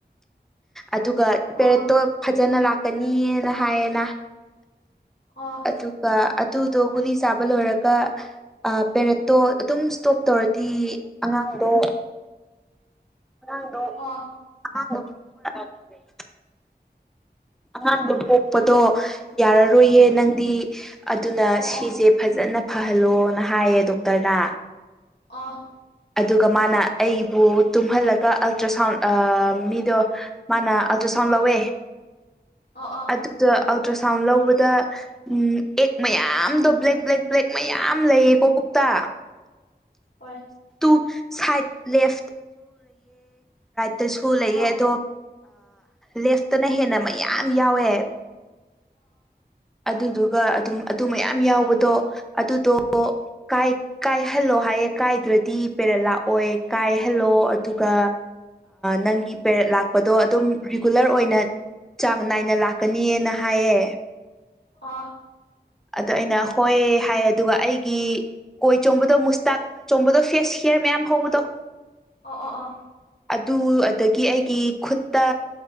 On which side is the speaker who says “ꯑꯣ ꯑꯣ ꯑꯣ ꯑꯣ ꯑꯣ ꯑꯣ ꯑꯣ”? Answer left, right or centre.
Left